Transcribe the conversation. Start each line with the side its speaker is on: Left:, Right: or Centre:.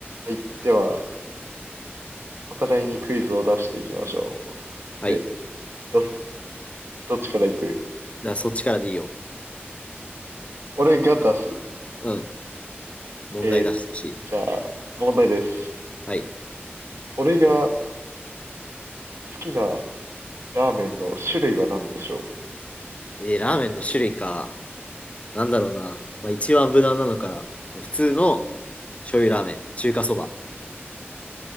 Right: はい、では、お互いにクイズを出していきましょ
Left: はい。
Right: う。え、ど、どっちからいく
Left: だそっちからでいいよ。
Right: 俺が出す。
Left: うん。問題出してほしい。
Right: えーじゃあ、問題です。
Left: はい。
Right: 俺が好きなラーメンの種類は何でしょ
Left: えー、ラーメンの種類か。なんだろうな。まあ、一番無難なのから。普通の醤油ラーメン。中華そば。